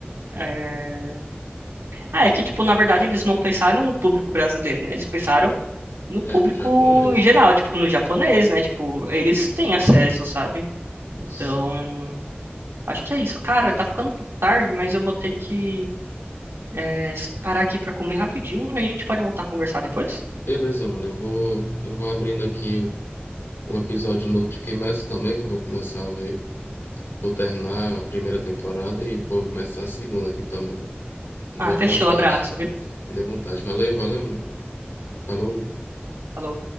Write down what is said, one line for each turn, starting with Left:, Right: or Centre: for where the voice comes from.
Right: é... Ah, é que, tipo, na verdade eles não pensaram no público brasileiro, né? Eles pensaram no público
Left: É, no japonês.
Right: em geral, tipo, no japonês, né? Tipo, eles têm acesso, sabe? Então,
Left: Sim.
Right: acho que é isso. Cara, tá ficando um pouco tarde, mas eu vou ter que é, parar aqui pra comer rapidinho, aí a gente pode voltar a conversar depois.
Left: Beleza, mano. Eu vou, eu vou abrindo aqui o um episódio novo de Kimetsu também, que eu vou começar a ver. Vou terminar a primeira temporada e vou começar a segunda aqui também. Me
Right: Ah,
Left: deu
Right: fechou,
Left: vontade.
Right: abraço, viu?
Left: Me deu vontade. Valeu, valeu, mano. Falou.
Right: Falou.